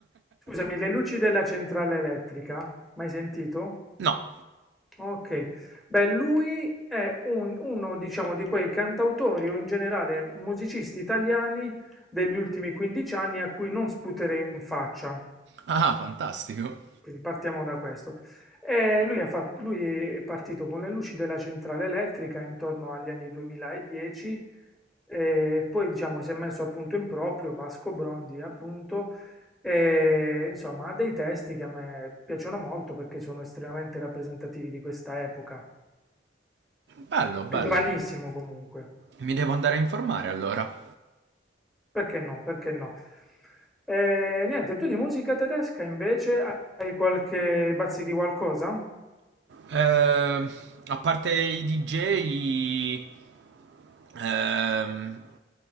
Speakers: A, in the centre; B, on the right (about 65°).
A: Scusami, le luci della centrale elettrica, mai sentito?
B: <laughs> no.
A: Ok. Beh, lui è un- uno, diciamo, di quei cantautori o in generale musicisti italiani degli ultimi 15 anni a cui non sputerei in faccia.
B: Ah, fantastico.
A: Quindi partiamo da questo. Eh, lui, ha fat- lui è partito con le luci della centrale elettrica intorno agli anni 2010 e poi diciamo, si è messo appunto in proprio Vasco Brondi, appunto, e, insomma, ha dei testi che a me piacciono molto perché sono estremamente rappresentativi di questa epoca.
B: Bello, bello.
A: È giovanissimo comunque,
B: Mi devo andare a informare allora.
A: perché no? Perché no? Eh, niente, tu di musica tedesca invece hai qualche bazzichi qualcosa?
B: Ehm, a parte i DJ, ehm,